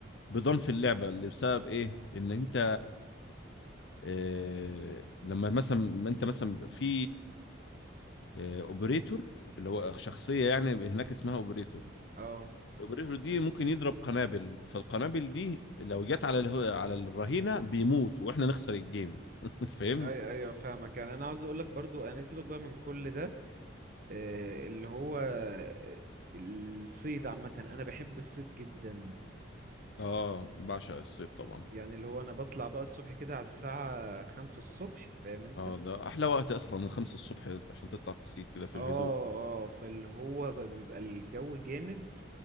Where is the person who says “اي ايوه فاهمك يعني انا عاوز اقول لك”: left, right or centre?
Right